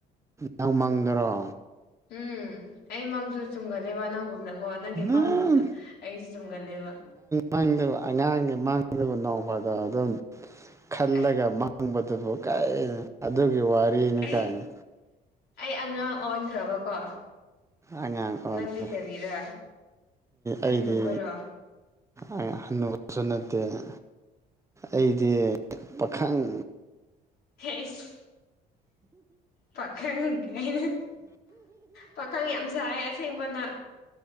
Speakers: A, on the right (about 15°); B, on the left (about 70°).
A: ꯅꯪ ꯃꯪꯗꯥꯔꯣ
B: ꯎꯝ ꯑꯩ ꯃꯪꯁꯨ ꯆꯨꯝꯒꯜꯂꯦꯕ ꯅꯪꯒꯨꯝꯅꯀꯣ ꯅꯪꯒꯤ
A: ꯅꯪ
B: ꯃꯪꯒꯨꯝꯅ ꯑꯩꯁꯨ ꯆꯨꯝꯒꯜꯂꯦꯕ
A: ꯃꯪꯗꯕ ꯑꯉꯥꯡꯒꯤ ꯃꯥꯡꯗꯕ ꯅꯣꯡꯃꯗꯣ ꯑꯗꯨꯝ ꯈꯜꯂꯒ
B: ꯑꯁ
A: ꯃꯪꯕꯗꯨꯕꯨ ꯀꯥꯏ ꯑꯗꯨꯒꯤ ꯋꯥꯔꯤꯅꯤ
B: ꯑꯩ
A: ꯀꯥꯏꯅ
B: ꯑꯩ ꯑꯉꯥꯡ ꯑꯣꯟꯈ꯭ꯔꯕꯀꯣ
A: ꯑꯉꯥꯡ ꯑꯣꯂꯦ
B: ꯅꯪꯗꯤ ꯀꯔꯤꯔꯥ
A: ꯑꯩꯗꯤ
B: ꯍꯟꯅꯨꯕꯔꯣ
A: ꯑꯦ ꯍꯅꯨꯕ ꯆꯠꯅꯗꯦꯍꯦ ꯑꯩꯗꯤ ꯄꯥꯈꯪ
B: ꯍꯦ ꯏꯁ ꯄꯥꯈꯪꯡ ꯀꯥꯏꯅꯦ ꯄꯈꯪ ꯌꯥꯝ ꯁꯥꯏ ꯑꯁꯦꯡꯕꯅ